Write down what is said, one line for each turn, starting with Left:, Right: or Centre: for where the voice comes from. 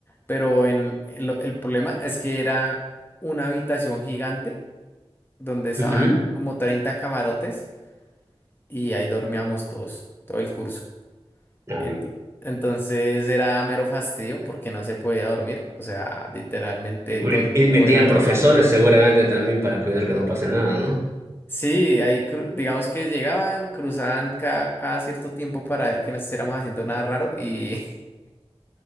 Left: Pero en, en lo- el problema es que era una habitación gigante donde estaban
Right: Ujú.
Left: como 30 camarotes y ahí dormíamos todos, todo el curso.
Right: Ah,
Left: Ent- entonces era mero fastidio porque no se podía dormir. O sea, literalmente
Right: Y, por-
Left: todo
Right: y
Left: el tiempo
Right: metían
Left: eran
Right: profesores
Left: hablando. y-
Right: seguramente también para cuidar que no pase nada, ¿no?
Left: Sí, ahí cru- digamos que llegaban, cruzaban ca- cada cierto tiempo para ver que no estuviéramos haciendo nada raro y, <laughs>